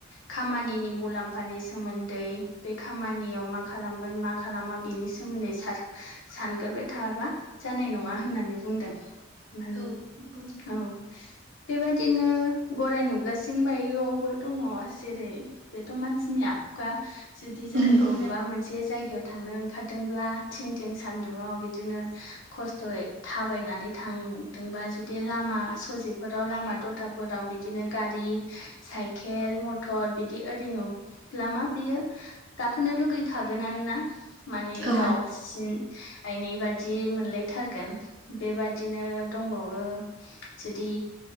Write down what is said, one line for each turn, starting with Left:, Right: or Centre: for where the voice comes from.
Left: खामानिनि मुलाम्फानि सोमोन्दै बे खामानियाव मा खालामगोन मा खालामा बिनि सोमोन्दै सान सानग्रोबाय थाबा जानाय नङा होननानै बुंदों म
Right: औ नंगौ नोंथां
Left: औ बेबादिनो गराय नुब्ला सिं बायोआवबो दङ जेरै बेथ' मानसिनि आखुखा जुदि जों
Right: नंगौ
Left: बबेबा मोनसे जायगायाव थांनो ओंखारदोंब्ला थिं थिं सानदुङाव बिदिनो खस्थ'यै थाबायनानै थां दोंबा जुदि लामा सजेफोराव लामा दथाफोराव बिदिनो गारि साइकेल मथर बिदि ओरै नुब्ला मा बियो गाखोनो लुगैखागोनानो ना माने
Right: औ
Left: गावसिन बायनाय बादि मोनलायथारगोन बेबादिनो दंबावो जदि